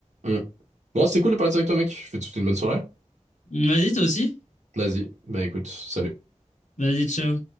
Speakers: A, on the right; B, on the left.
A: Mm. Bon, c'était cool de parler directement, mec. Je te souhaite une bonne soirée.
B: Vas-y, toi aussi.
A: Vas-y. Bah écoute, salut.
B: Vas-y, ciao.